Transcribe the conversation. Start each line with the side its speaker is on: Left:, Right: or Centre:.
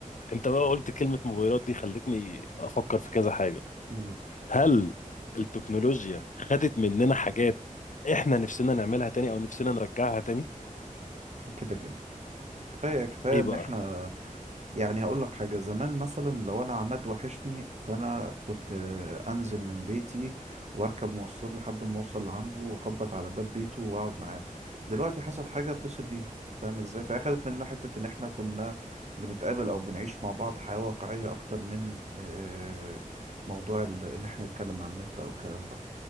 Left: انت بقى قلت كلمة موبايلات دي خلتني افكر في كذا حاجة
Right: مم.
Left: هل التكنولوجيا خدت مننا حاجات احنا نفسنا نعملها تاني او نفسنا نرجعها تاني
Right: كده كده كفاية كفاية
Left: ايه
Right: إن
Left: بقى
Right: احنا يعني هقول لك حاجة زمان مثلا لو أنا عماد وحشني فأنا كنت آه، أنزل من بيتي وأركب مواصلات لحد ما أوصل لعنده وأخبط على باب بيته وأقعد معاه دلوقتي حصل حاجة أتصل بيه فاهم إزاي فأخدت مننا حتة إن إحنا كنا بنتقابل أو بنعيش مع بعض حياة واقعية أكتر من آه، موضوع ال- إن إحنا نتكلم عن النت أو الكلام ده